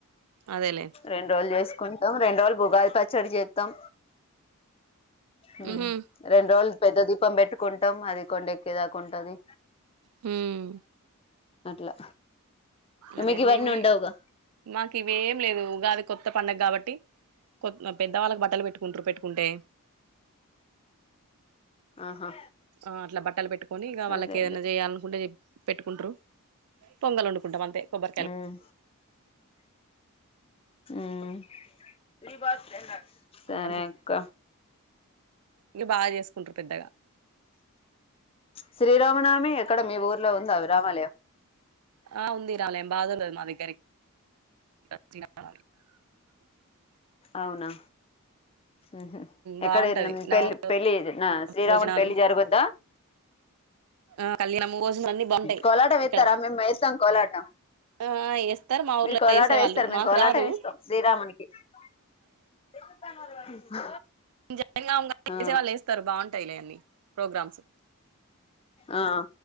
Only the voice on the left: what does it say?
రెండు రోజులు చేసుకు కుంటాం రెండు రోజులు ఉగాది పచ్చడి చేతం హమ్
రెండు రోజులు పెద్ద దీపం పెట్టుకుంటాం అది కొండ ఎక్కేదాకుంటది
అట్లా
మీకు ఇవన్నీ
ఉండవుగా
ఆహా
అదే
అదే
ఉమ్ ఉమ్ మీ బత్ సరే
అక్క
శ్రీరామనామి ఎక్కడ మీ ఊర్లో ఉం ఎంతావు రామాలయం
అవునా ఉహూ
ఎక్కడ
పెళ్ పెళ్ళి జరిగినా శ్రీరామున్
పెళ్ళి జరగద్దా
కోలాటం వేస్తారా
మేము వేస్తాం కోలాటం
మీరు కోలాటం
వేస్తార మేము
కోలాటం
వేస్తాం శ్రీరామున్కి <inaudible>
ఆ
ఆ